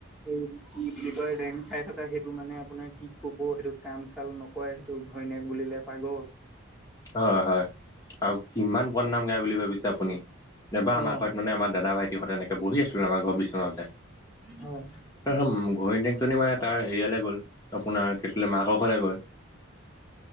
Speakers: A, in the centre; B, on the left.
A: এই কি বুলি কয়, ডেং খাই থকা সেইটো মানে আপোনাৰ কি ক'ব সেইটো কাম চাল নক কয় সেইটো ঘৈণীয়েক বুলিলে পাগল।
B: অ' হয় আৰু কিমান বদনাম গায় বুলি ভাবিছে আপুনি। নাইবা আমাৰ
A: অ
B: ঘৰত মানে আমাৰ দাদা ভাইটিহঁতে এনেকে বহি আছিলোঁ আমাৰ ঘৰত বিচনাতে
A: হয়
B: তাৰচোন ঘৈনিয়েক জনী মানে তাৰ হেৰিয়ালে গ'ল, আপোনাৰ কেঁচুৱালৈ মাকৰ ঘৰলৈ গ'ল